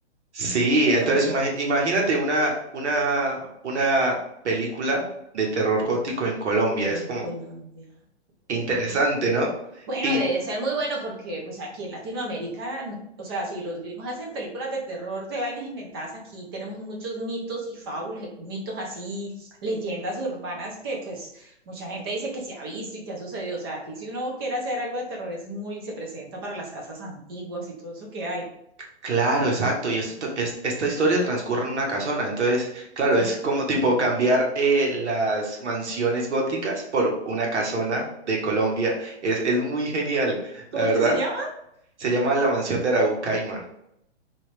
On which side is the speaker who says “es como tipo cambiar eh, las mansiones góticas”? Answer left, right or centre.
Right